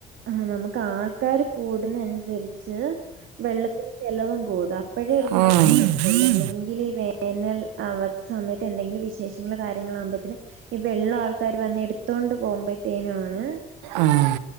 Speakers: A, on the right (about 65°); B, on the right (about 80°).
A: ആ നമക്ക് ആൾക്കാര് കൂടിന അനുസരിച്ച് വെള്ളത്തിന് ചെലവും കൂടും അപ്പോഴേ ഒരു
B: അപ്പൊ
A: ബുദ്ധിമുട്ട് തുള്ളിൽ
B: ഈ
A: എന്തെങ്കില ഈ വേനൽ ആ സമയത്ത് എന്തെങ്കിലും വിശേഷങ്ങള് കാര്യങ്ങളൾ ആകുമ്പോഴേത്തിന് ഈ വെള്ളം ആൾക്കാര് വന്ന് എടുത്തോണ്ട് പോകുമ്പോഴ തേനു ആണ് ണ്
B: ആഹ്